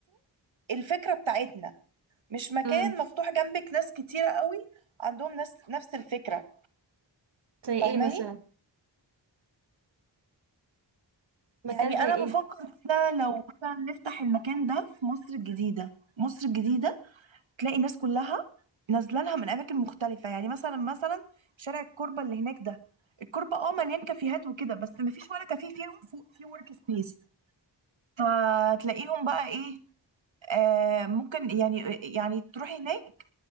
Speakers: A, on the right; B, on the right.
A: الفكره بتاعتنا مش مكان
B: امم
A: مفتوح جنبك ناس كتيره قوي عندهم ناس نفس الفكره
B: زي ايه
A: فاهماني
B: مثلا مكان
A: يعني
B: زي
A: انا
B: ايه
A: بفكر كده لو مثلا نفتح المكان ده في مصر الجديده مصر الجديده تلاقي الناس كلها نازله لها من اماكن مختلفه يعني مثلا مثلا شارع الكوربه اللي هناك ده الكوربه اه مليان كافيهات وكده بس ما فيش ولا كافيه فيهم فوق في ورك سبيس فتلاقيهم بقى ايه آه ممكن يعني يعني تروحي هناك